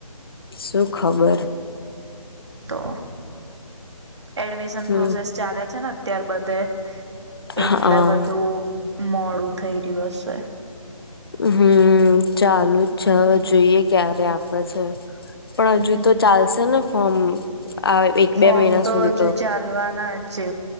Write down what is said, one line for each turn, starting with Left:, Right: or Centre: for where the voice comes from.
Left: શું ખબર.
Right: તો એડમિશન
Left: હમ
Right: પ્રોસેસ ચાલે છે ને અત્યાર બધે. એટલા
Left: હા
Right: બધું મોડું થઈ રહ્યું હશે.
Left: હમ્મ ચાલુ જ છે
Right: હમ
Left: હવે જોઈએ ક્યારે આપડ છે. પણ
Right: હમમ.
Left: હજુ તો ચાલશે ને ફોર્મ. આ એક
Right: ફોર્મ
Left: બે મહિના
Right: તો
Left: સુધી
Right: હજુ ચાલવાના છે.